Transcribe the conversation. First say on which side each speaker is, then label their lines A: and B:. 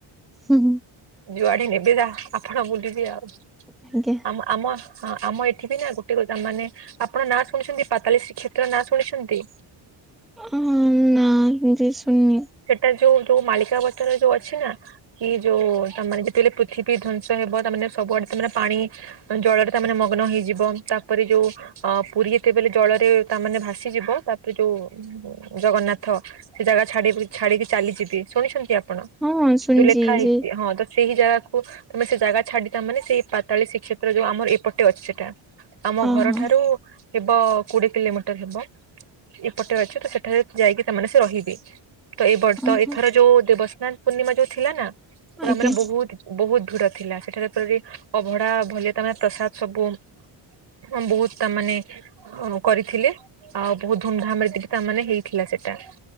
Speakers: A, in the centre; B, on the right (about 55°).
A: ହୁଁ ହୁଁ
B: ଯୁଆଡେ ନେବେ ଯାହା ଆପଣ ବୁଲିବି ଆଉ
A: ଆଜ୍ଞା
B: ଆମ ଆମ ହଁ ଆମ ଏଠି ବି ନା ଗୋଟେକୁ ତାମାନେ ଆପଣ ନାଁ ଶୁଣିଛନ୍ତି ପାତାଳି ଶ୍ରୀକ୍ଷେତ୍ର ନାଁ ଶୁଣିଛନ୍ତି?
A: ଉଁହୁଁ ନା ଏମତି ଶୁଣିନି।
B: ସେଟା ଯୋଉ ଯୋଉ ମାଳିକା ବଚନରେ ଯୋଉ ଅଛି ନା। କି ଯୋଉ ତା ମାନେ ଯେତେବେଳେ ପୃଥିବୀ ଧ୍ଵଂସ ହେବ ତା ମାନେ ସବୁଆଡେ ତା ମାନେ ପାଣି ଜଳରେ ତାମାନେ ମଗ୍ନ ହେଇଯିବ ତାପରେ ଯୋଉ ଅ ପୁରୀ ଯେତେବେଳେ ଜଳରେ ତା ମାନେ ଭାସିଯିବ ତାପରେ ଯୋଉ ଜଗନ୍ନାଥ ସେ ଜାଗା ଛାଡି ବି ଛାଡିକି ଚାଲିଯିବେ ଶୁଣିଛନ୍ତି ଆପଣ
A: ହଁ ଶୁଣିଛି
B: ଯୋଉ ଲେଖାହେଇଚି
A: ଯେ
B: ହଁ ତ ସେହି ଜାଗାକୁ ତମେ ସେ ଜାଗା ଛାଡି ତାମାନେ ସେଇ ପାତାଳୀ ଶ୍ରୀକ୍ଷେତ୍ର ଯୋଉ ଆମର ଏପଟେ ଅଛି ସେଟା। ଆମ
A: ଅ
B: ଘରଠାରୁ
A: ହଁ
B: ହେବ କୋଡିଏ କିଲୋମିଟର ହେବ। ଏପଟରେ ଅଛି ତ ସେଠାରେ ଯାଇକି ତାମାନେ ସେ ରହିବେ। ତ ଏ ବର୍
A: ଅ
B: ପ ଏଥର
A: ହଁ
B: ଯୋଉ ଦେବସ୍ନାନ ପୂର୍ଣ୍ଣିମା ଯୋଉ ଥିଲା ନା ତ
A: ଆଜ୍ଞା
B: ତାମାନେ ବୋହୁତ ବୋହୁତ ଧୁର ଥିଲା ସେଠାରେ ପୁରି ଅଭଡା ଭଲେ ତା ମାନେ ପ୍ରସାଦ ସବୁ ହଁ ବୋହୁତ ତା ମାନେ ହଁ କରିଥିଲେ ଆଉ ବୋହୁତ ଧୁମଧାମରେ ତିକି ତାମାନେ ହେଇଥିଲା ସେଟା।